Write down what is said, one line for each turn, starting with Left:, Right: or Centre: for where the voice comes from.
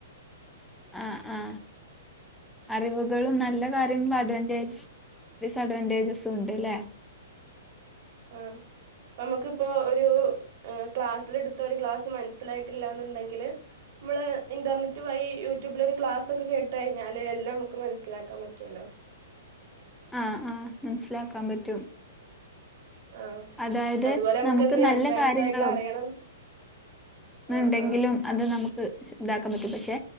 Centre: ആഹ ആഹ അറിവുകളും നല്ല കാര്യം അഡ്വാൻറേജസും ഡിസ്അഡ്വാൻറേജസും ഉണ്ട്ല്ലേ
Right: ആഹ നമ്മുക്ക ഇപ്പോൊ ഒരു ക്ലാസ്സിലെടുത്ത ഒരു ക്ലാസ് മനസ്സിലായിട്ടില്ലന്നുണ്ടെങ്കില് നമ്മള് ഇന്റർനെറ്റ് വഴ യൂട്യൂബില്ൊ ഒരു ക്ലാസ് ഒക്കെ കേട്ട കഴിഞ്ഞാല് എല്ലാം നമുക്ക് മനസിലാക്കാൻ പറ്റുവല്ലോ
Centre: ആഹ ആഹ് മനസിലാക്കാൻ പറ്റും
Right: ആഹ
Centre: അതായത്
Right: അതുപോലെ നമ്മുക്ക്
Centre: നമുക്ക്
Right: എന്ത്
Centre: നല്ല
Right: അഡ്വാൻസ്
Centre: കാര്യങ്ങളും
Right: ആയിട്ട് അറിയണം ആഹ്
Centre: ഉണ്ടെങ്കിലും
Right: ആഹ്
Centre: അത് നമുക്ക് ഇതാക്കാൻ പറ്റും പക്ഷെ